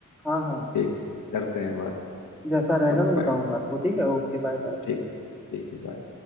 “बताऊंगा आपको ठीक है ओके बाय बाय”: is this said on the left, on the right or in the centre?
Centre